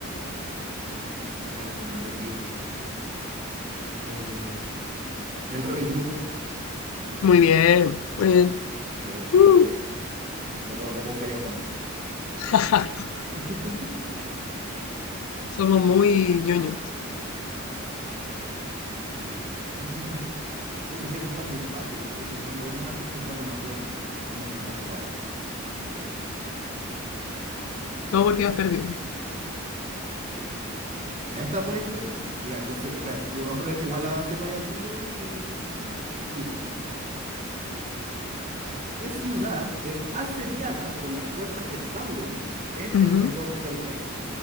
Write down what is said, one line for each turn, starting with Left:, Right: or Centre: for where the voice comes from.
Right: Me recién nombre Grima. Eh, el rey brujo.
Left: Muy bien, muy bien.
Right: Excelente.
Left: Mm.
Right: No puedo, no puedo fallar tanto.
Left: <laughs>
Right: <laughs>
Left: Somos muy ñoños.
Right: Sí. <laughs> Pucha, que estas están muy fáciles, me estoy saltando algunas porque están demasiado fáciles. Y no sé, no se vale.
Left: No porque has perdido.
Right: Sí. Ya esta puede que. Ya, considero, ok, yo no creo que igual la sepa ya al tiro, pero en fin. Dice: ¿Qué ciudad es asediada por las fuerzas de Sauron en
Left: Ujú,
Right: El Retorno del Rey?